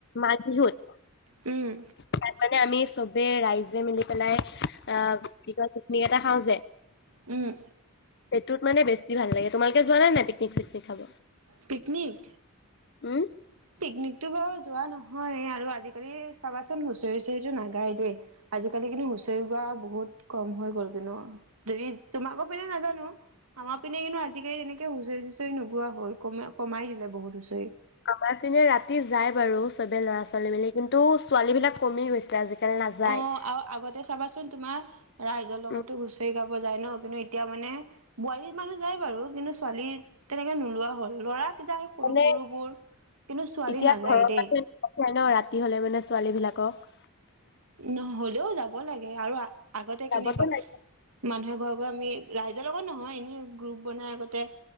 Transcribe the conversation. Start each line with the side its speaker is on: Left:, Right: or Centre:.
Left: মাঘ বিহুত।
Right: উম।
Left: তাত মানে আমি চবে ৰাইজে মিলি পেলাই আ, কি কয় পিকনিক এটা খাঁও যে।
Right: উম।
Left: সেইটোত মানে বেছি ভাল লাগে। তোমালোকে যোৱা নাই পিকনিক চিকনিক খাব?
Right: পিকনিক?
Left: উম।
Right: পিকনিকতটো বাৰু যোৱা নহয়, আৰু আজিকালি চাবাচোন হুঁচৰি হুঁচৰিটো নাগায় দেই। আজিকালি কিন্তু হুঁচৰি গোৱা বহুত কম হৈ গ'ল কিন্তু। হেৰি তোমাকো পিনে নাজানোঁ। আমাৰ পিনে কিন্তু আজিকালি তেনেকে হুঁচৰি চুচৰি নোগোৱা হ'ল কমে কমাই দিলে বহুত হুঁচৰি।
Left: আমাৰ পিনে ৰাতি যায় বাৰু চবে ল'ৰা-ছোৱালী মিলি। কিন্তু ছোৱালী বিলাক কমি গৈছে আজিকালি নাযায়।
Right: অ আৰু আগতে চাবাচোন তোমাৰ ৰাইজৰ লগতো
Left: উম
Right: হুঁচৰি গাব যায় ন', কিন্তু এতিয়া মানে বোৱাৰী মানুহ যায় বাৰু কিন্তু ছোৱালী তেনেকে নোলোৱা হ'ল, ল'ৰাক যায়। সৰু,
Left: মানে
Right: সৰু বোৰ। কিন্তু ছোৱালী
Left: এতিয়া
Right: নাযায়
Left: ঘৰৰ
Right: দেই।
Left: <unintelligible> ন' ৰাতি হলে মানে ছোৱালী বিলাকক।
Right: নহ'লেও যাব লাগে, আৰু আগতে
Left: যাবতো
Right: কেনেকুৱা
Left: লাগিবই
Right: মানুহে ঘৰে, ঘৰে আমি ৰাইজৰ লগত নহয় এনে গ্ৰুপ বনাই আগতে